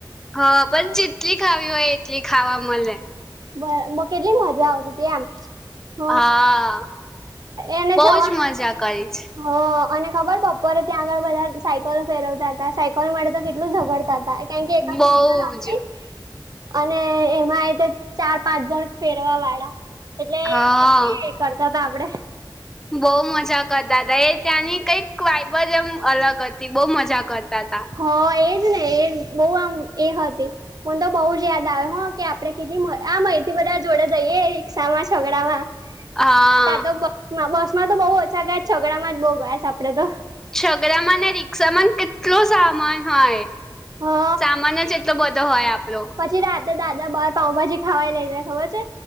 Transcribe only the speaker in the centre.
હા પણ જેટલી ખાવી હોય એટલી ખાવા મળે.
હા
બહું
જ મજા કરી છે.
બહુ જ
હા
બહુ મજા કરતા હતા એ ત્યાંની કઈક વાઇબ જ એમ અલગ હતી બહું મજા કરતા હતા.
હા
છગડામાં ને રિક્ષામાં કેટલો સામાન હોય.
સામાન જ એટલો બધો હોય આપડો.